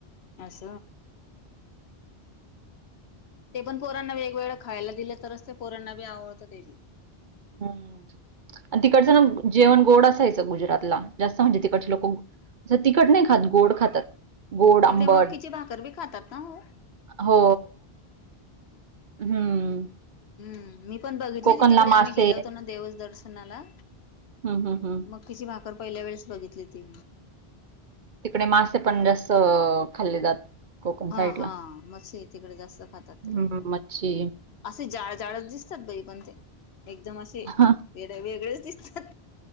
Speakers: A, on the left (about 75°); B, on the right (about 55°).
A: अस. ते पण पोरांना वेगवेगळं खायला दिलं तरच. ते पोरांना बी आवडतं ते बी.
B: हम्म. आणि तिकडचं ना जेवण गोड असायच गुजरातला. जास्त म्हणजे तिकडचे लोक ज तिखट नाही खात. गोड खातात. गोड, आंबट
A: तिकडे मक्कीची भाकर बी खातात ना ओ.
B: हो. हम्म.
A: हम्म. मी पण बघितली
B: कोकणला
A: ती तिकडे आम्ही
B: मासे
A: गेलो होतो ना देवस दर्शनाला.
B: हम्म हम्म हम्म.
A: मकीची भाकर पहिल्या वेळेस बघितली ती.
B: तिकडे मासे पण जास्त खाल्ले जात. कोकण
A: हा
B: साईडला.
A: हा मच्छी तिकडे जास्त खातात
B: हं,
A: ते लोक.
B: मच्छी.
A: असे जाड जाडच दिस तात बाई पण ते. एकदम असे
B: हां,
A: वे वेगळेच दिसतात.